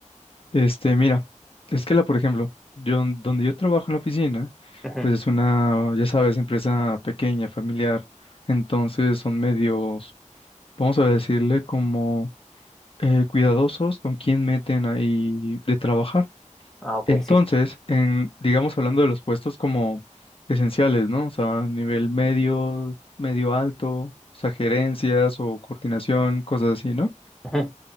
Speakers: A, on the left (about 45°); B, in the centre.
A: Este, mira, es que la, por ejemplo, yo donde yo trabajo en la oficina,
B: Ujú.
A: pues es una, ya sabes, empresa pequeña, familiar, entonces son medios, vamos a decirle como eh, cuidadosos con quién meten ahí de trabajar.
B: Ah, ok,
A: Entonces,
B: sí.
A: en, digamos hablando de los puestos como esenciales, ¿no? O sea, nivel medio, medio alto, o sea, gerencias o coordinación, cosas así, ¿no?
B: Ujú,